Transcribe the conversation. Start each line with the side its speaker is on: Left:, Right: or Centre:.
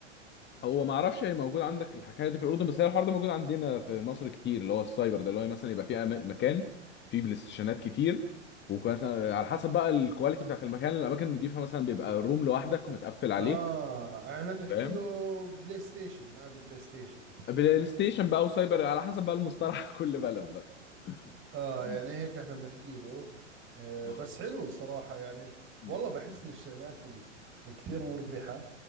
Left: هو ما اعرفش هي موجود عندك الحكايه دي في الاردن بس هي الحوار ده موجود عندنا في مصر كتير اللي هو السايبر ده اللي هو مثلا يبقى في أما- مكان فيه بلاي ستيشنات كتير ومثلا على حسب بقى الكواليتي بتاعت المكان الاماكن النضيفه مثلا بيبقى روم لوحدك ومتقفل عليك
Right: اه احنا بنحكي
Left: فاهم
Right: له بلاي ستيشن نادي بلاي ستيشن
Left: بلاي ستيشن بقى وسايبر على حسب بقى المصطلح <laughs> كل بلد بقى
Right: اه
Left: مم.
Right: يعني هيك احنا بنحكي له آه
Left: اه
Right: بس حلو صراحة يعني
Left: مم.
Right: والله بحس ان الشغلات ال- الكثير مربحة